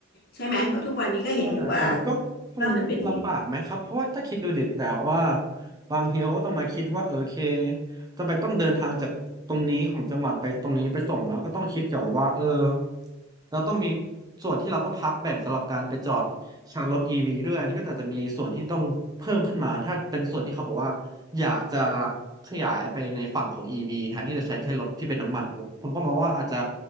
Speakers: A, on the left; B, on the right.
A: ใช่ไหมเพราะทุกวันนี้ก็เห็นอยู่ว่า
B: อ่าแต่มันก็คงลำบากไหมครับเพราะว่าถ้าคิดดูดิแต่วว่า
A: ว่ามันเป็น
B: บางทีเขาก็ต้องมาคิดว่าเออโอเคจะไปต้องเดินทางจากตรงนี้ของจังหวัดไปตรงนี้ไปส่งแล้วก็ต้องคิดเกี่ยวกับว่าเออเราต้องมีส่วนที่เราต้องพักแบ่งสำหรับการไปจอดชาร์จรถอีวีด้วยอันนี้ก็อาจจะมีส่วนที่ต้องเพิ่มขึ้นมาถ้าเป็นส่วนที่เขาบอกว่าอยากจะขยายไปในฝั่งของอีวีแทนที่จะใช้แค่รถที่เป็นน้ำมันผมผมก็มองว่าอาจจะ